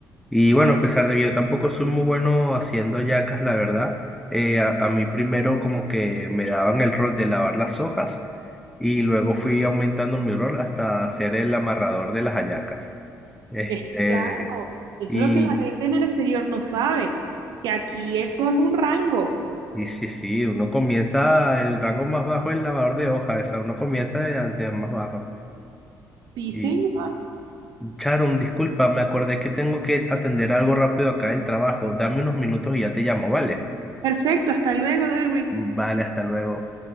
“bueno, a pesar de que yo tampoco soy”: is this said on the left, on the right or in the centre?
Centre